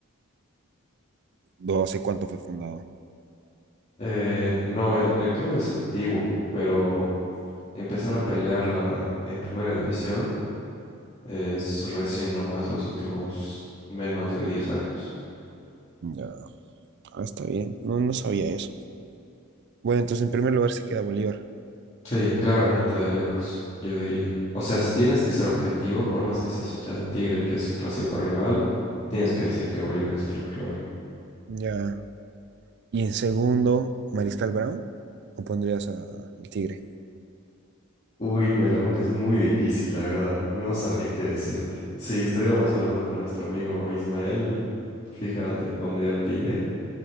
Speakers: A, on the right; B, on the left.
A: No sé cuánto fue fundado.
B: Eh, no, el, el club es antiguo, pero empezar a pelearla en primera división es recién nomás los últimos menos de 10 años.
A: Ya. Ah, está bien. No, no sabía eso. Bueno, entonces en primer lugar se queda Bolívar.
B: Sí, claramente de lejos, yo diría. O sea, si tienes que ser objetivo, por más que seas hincha del Tigre, que es su clásico rival, tienes que decir que Bolívar es primer lugar.
A: Ya. Y en segundo, Mariscal Brown. ¿O pondrías a- al Tigre?
B: Uy, me lo pones muy difícil, la verdad. No sabría qué decirte. Si estuviéramos hablando con nuestro amigo Ismael, fíjate, pondría al Tigre.